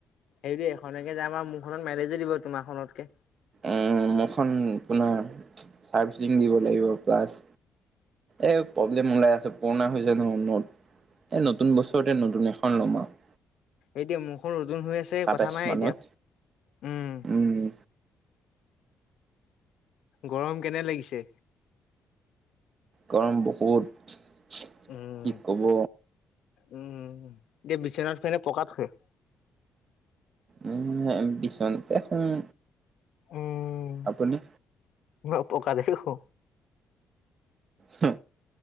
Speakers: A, on the left; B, on the right.
A: হেৰি এখননেকে যাম আৰু মোৰখনত মিলেজো দিব তোমাৰখনতকে।
B: উ মোৰখন আপোনাৰ চাৰ্ভিচিং দিব লাগিব প্লাচ এই প্ৰব্লেম ওলাই আছে পুৰণা হৈছে ন ন এই নতুন বছৰতে নতুন এখন ল'ম আৰু।
A: এতিয়া মোৰখন নতুন হৈ আছে
B: সাতাইশ
A: কথা নাই
B: মানত
A: এতিয়া উম।
B: উম
A: গৰম কেনে লাগিছে?
B: গৰম বহুত।
A: উম
B: কি কব
A: উম এতিয়া বিচনাত শুৱে নে পকাত শুৱে?
B: উম বিছনাতে শুম।
A: উম
B: আপুনি?
A: মই পকাতে‌ শু
B: হ